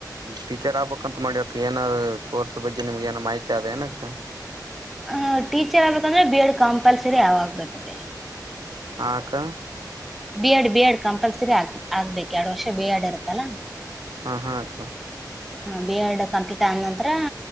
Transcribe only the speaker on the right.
ಟೀಚರ್ ಆಗ್ಬೇಕಂತ ಮಾಡ್ಯಕ್ ಏನ ಕೋರ್ಸ್ ಬಗ್ಗೆ ನಿಮ್ಗೆ ಏನ ಮಾಹಿತಿ ಅದ ಏನಕ್ಕ.
ಹ ಅಕ್ಕ.
ಅ ಹ ಅಕ್ಕ.